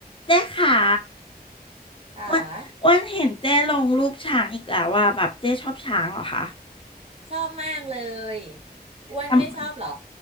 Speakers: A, on the left; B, on the right.
A: เจ๊ขา
B: ค่ะ
A: อ้วันอ้วันเห็นเจ๊ลงรูปช้างอีกแล้วว่าแบบเจ๊ชอบช้างเหรอคะ
B: ชอบมากเลยอ้วันไม่ชอบเหรอ
A: ทำไม